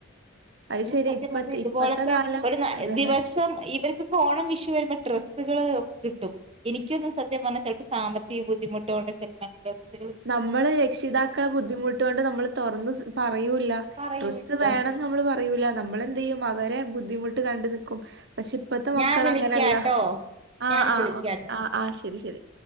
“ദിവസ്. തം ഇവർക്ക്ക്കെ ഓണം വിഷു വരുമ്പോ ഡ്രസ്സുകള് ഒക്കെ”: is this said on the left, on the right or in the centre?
Right